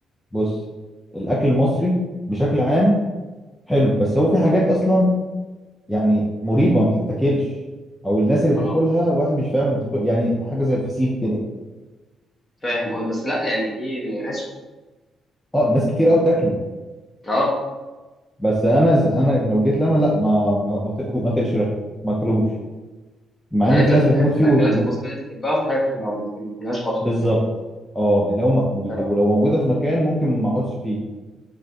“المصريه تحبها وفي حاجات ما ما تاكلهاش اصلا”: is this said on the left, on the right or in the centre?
Left